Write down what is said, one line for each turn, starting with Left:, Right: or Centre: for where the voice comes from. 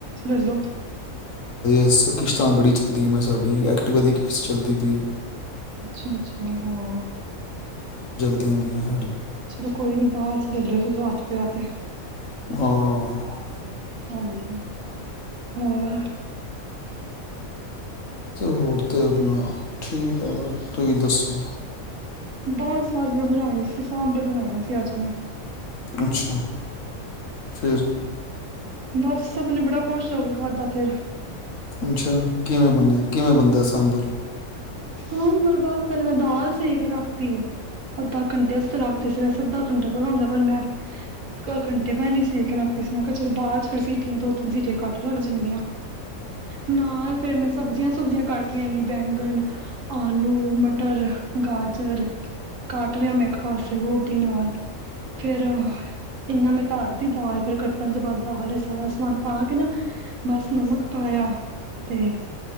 Right: ਲਲੌ
Left: ਬਸ ਕਿਸ਼ਤਾਂ ਬੜੀ ਚੱਲਦੀਆ, ਮੈਂ ਸਾਡੀ ਐਕਟੀਵਾ ਦੀ ਕਿਸ਼ਤ ਚੱਲਦੀ ਪਈ ਏ।
Right: ਅੱਛਾ, ਅੱਛਾ, ਹਾਂ।
Left: ਆ ਪਈਆ
Right: ਚਲੋ ਕੋਈ ਨੀ ਬਾਦ ਚ ਲਲੌ ਜਦੋ ਹੱਥ ਪੇਆ ਤੇ।
Left: ਹਾਂ।
Right: ਹਾਂਜੀ, ਹੋਰ?
Left: ਹੋਰ ਤੇ ਅਪਣਾ ਠੀਕ ਐ ਬਸ, ਤੁਹੀ ਦੱਸੋ?
Right: ਬਸ ਅੱਜ ਮੈਂ ਬਨਾਈ ਸੀ, ਸਾਂਬਰ ਬਨਾਇਆ ਸੀ ਅੱਜ ਮੈਂ।
Left: ਅੱਛਾ, ਫੇਰ
Right: ਬਸ ਸਭ ਨੇ ਬੜਾ ਖੁਸ਼ ਚੋਂ ਵੀ ਖਾਧਦਾ ਫੇਰ
Left: ਅੱਛਾ ਕਿਵੇਂ ਬਣਿਆ ਕਿਵੇਂ ਬਣਦਾ ਸਾਂਭਰ
Right: ਸਾਂਬਰ ਬਸ ਪਹਿਲੇ ਮੈਂ ਦਾਲ ਸੇ ਕੇ ਰੱਖਤੀ ਹ ਅੱਧਾ ਘੰਟੇ ਅਸ ਰਖਦੇ ਸੀ ਵੈੇ ਸਿੱਧਾ ਕੰੰਟਾ ਬੜਉਂਦਾ ਪਰ ਮੈਂਹ ਘੰਟੇ ਮੈਂ ਨੀ ਸੀੇ ਕੇ ਲਗਦੀ ਸੀ ਮ ਕਿਹਾ ਚਲੋ ਬਾਅਦ ਚ ਫਿਰ ਸੀਟੀਆਂ ਦੋ ਤਿੰਨ ਸੀਟੀਆਂ ਕੱਟ ਲੱਗ ਜਾਣਗੀਆਂ ਨਾਲ ਫੇਿਰ ਮੈਂ ਸਭ ਸਜ਼ੀਆਂ ਸਬਜ਼ੀਆਂ ਕੱਟ ਲੈਂਦੇ ਬੈਂਗਨ ਆਲੂ ਮਟਰ ਗਾਜਰ ਕੱਟ ਰਿਹਾ ਮੈਂ ਇੱਕ ਪਾਸੇ ਗੋਭੀ ਨਾਲ ਫੇਰ ਇੰਨਾ ਮਤ ਧਰਤੀ ਦਾਲ ਫੇਰ ਕੱਟਣ ਤੋਂ ਬਾਅਦ ਦਾਲ ਇਹ ਸਾਰਾ ਸਮਾਨ ਪਾ ਕੇ ਨਾ ਬਸ ਨਮਕ ਪਾਇਆ ਤੇ